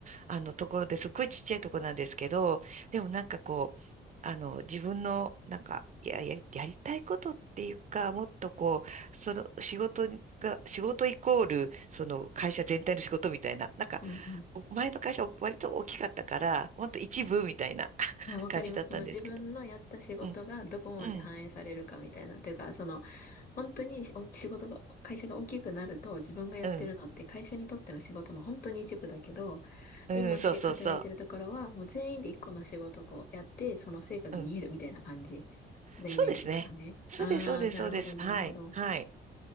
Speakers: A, on the right; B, on the left.
A: あの、ところですっごいちっちゃいとこなんですけど、でもなんかこう、あの、自分の、なんか、いや、やり、やりたいことっていうか、もっとこう、その仕事が、仕事イコール、その会社全体の仕事みたいな、なんか、
B: うんうん。
A: 前の会社割と大きかったから、ほんと一部みたいな <laughs>
B: まあ、わかります。
A: 感じだったんですけど。
B: その自分のやった仕事がどこまで反映されるかみたいな。
A: うん、うん、
B: というか、その、本当にお仕事が、会社が大きくなると自分がやってるのって会社にとっての仕事の本当に一部だけど、
A: うん、うん、
B: 今し、
A: そうそうそ
B: 働いてるところはもう全員で一個の仕事をこうやって、その成果が見えるみたいな感じなイメージですかね。
A: う。うん、そうですね。そうです、
B: ああ、
A: そうです、
B: なるほど、
A: そうです。
B: なるほど。
A: はい、はい。